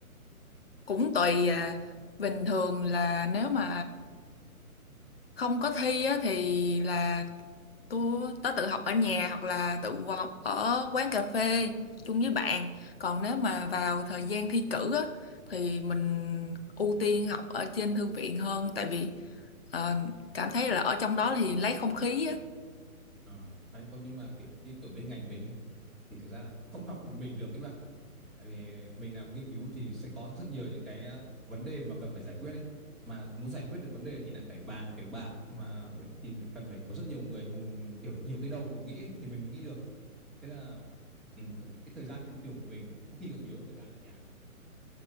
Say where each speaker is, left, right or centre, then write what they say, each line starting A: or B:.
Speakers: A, on the left (about 40°); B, in the centre.
A: cũng tùy à bình thường là nếu mà không có thi á, thì là tôi tớ tự học ở nhà hoặc là tự học ở quán cà phê chung với bạn còn nếu mà vào thời gian thi cử á, thì mình ưu tiên học ở trên thư viện hơn tại vì ờ, cảm thấy là ở trong đó thì lấy không khí á
B: Ờ. Đấy, còn nhưng mà kiểu như kiểu bên ngành mình ấy thì thực ra là không học một mình được các bạn. Tại vì mình làm nghiên cứu thì sẽ có rất nhiều những cái ờ, vấn đề mà cần phải giải quyết ấy. Mà muốn giải quyết được vấn đề thì lại phải bàn phải bạc mà vậy thì lại cần phải có rất nhiều người cùng kiểu nhiều cái đầu cùng nghĩ ấy, thì mình mới nghĩ được. Thế nên là ừ, cái thời gian trên trường của mình có khi còn nhiều hơn thời gian ở nhà. nữa.